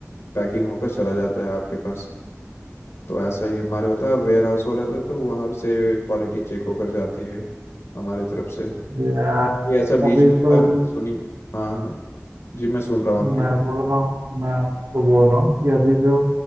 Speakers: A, on the left (about 65°); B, on the right (about 80°).
A: पैकिंग होकर चला जाता है आपके पास तो ऐसा ही हमारे होता है और वेयर हाउस वाला था तो वहाँ से क्वालिटी चेक होकर जाती है हमारे तरफ से
B: जी, यार
A: ये ऐसा बीच
B: अभी
A: में होता
B: तो
A: है ना, सुनी हाँ हाँ जी मैं सुन रहा हूँ आपकी
B: मैं
A: बात
B: बोल रहा हूँ मैं आपको बोल रहा हूँ कि अभी जो